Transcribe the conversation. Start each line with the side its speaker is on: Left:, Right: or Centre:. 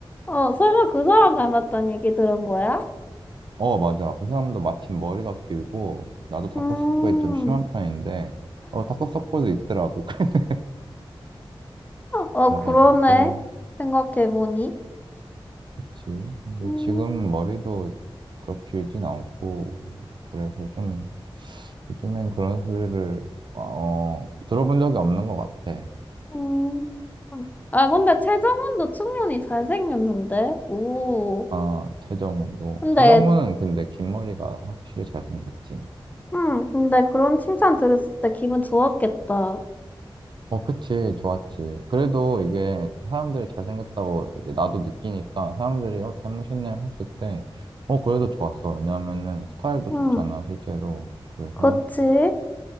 Left: 어, 설마 그 사람 닮았다는 얘기 들은 거야?
Right: 어, 맞아. 그 사람도 마침 머리가 길고, 나도 다크서클이
Left: 음,
Right: 좀 심한 편인데, 어, 다크서클도 있더라고. <laughs>
Left: 어,
Right: 그래가지고,
Left: 그러네. 생각해보니.
Right: 그치. 근데
Left: 음,
Right: 지금 머리도 그렇게 길진 않고, 그래서 좀, 요즘엔 그런 소리를, 어, 들어본 적이 없는 것 같아.
Left: 음. 아, 근데 최정원도 충분히 잘생겼는데? 오.
Right: 아, 최정훈도.
Left: 근데,
Right: 최정훈은 근데 긴 머리가 확실히 잘생겼지.
Left: 음, 근데 그런 칭찬 들었을 때 기분 좋았겠다.
Right: 어, 그치, 좋았지. 그래도 이게 사람들이 잘생겼다고 이제 나도 느끼니까 사람들이 어, 닮으셨네요 했을 때, 어, 그래도 좋았어. 왜냐면은 스타일도
Left: 응,
Right: 좋잖아, 실제로. 그래서,
Left: 그치?